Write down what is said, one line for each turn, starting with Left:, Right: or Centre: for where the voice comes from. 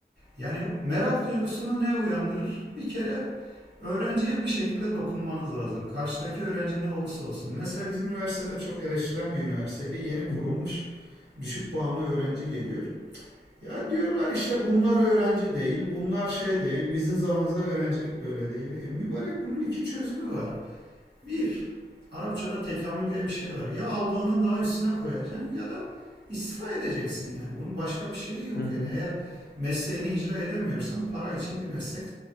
Right: Yani merak duygusunu ne uyandırır? Bir kere öğrenciye bir şekilde dokunmanız lazım. Karşıdaki öğrenci ne olursa olsun. Mesela bizim üniversitede çok eleştirilen bir üniversiteydi. Yeni kurulmuş
Left: Hı hı,
Right: düşük puanlı öğrenci geliyor. Ya diyorlar işte bunlar öğrenci değil, bunlar şey değil, bizim zamanımızda öğrencilik böyle değil. E mübarek bunun iki çözümü var. Bir, Arapçada tekamül diye bir şey var. Ya aldığının daha üstüne koyacaksın ya da istifa edeceksin yani. Bunun başka bir şeyi yok
Left: hı
Right: yani.
Left: hı,
Right: Eğer mesleğini icra edemiyorsan para için bir meslek